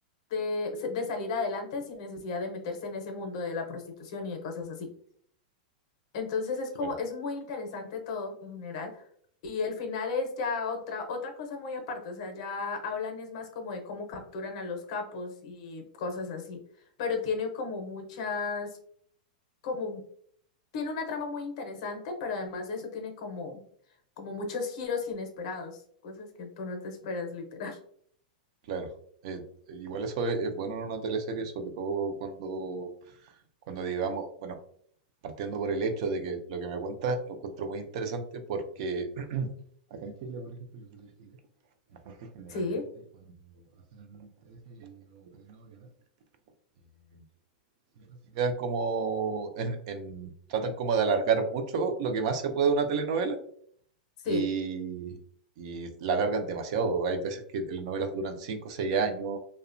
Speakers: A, on the left; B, on the right.
A: de, de salir adelante sin necesidad de meterse en ese mundo de la prostitución y de cosas así. Entonces es como,
B: claro.
A: es muy interesante todo en general. Y el final es ya otra, otra cosa muy aparte, o sea, ya hablan es más como de cómo capturan a los capos y cosas así, pero tiene como muchas, como, tiene una trama muy interesante, pero además de eso tiene como, como muchos giros inesperados, cosas que tú no te esperas literal.
B: Claro, eh, eh, igual eso es, es bueno en una teleserie, sobre todo cuando, cuando digamos, bueno, partiendo por el hecho de que lo que me cuentas lo encuentro muy interesante porque, <clears throat> acá en Chile, por ejemplo, yo soy de Chile, entonces generalmente
A: Sí,
B: cuando hacen teleseries o telenovelas, eh, siempre se quedan como, en, en- tratan como de alargar mucho lo que más se puede de una telenovela
A: sí,
B: y, y la alargan demasiado. Hay veces que telenovelas duran 5 o 6 años,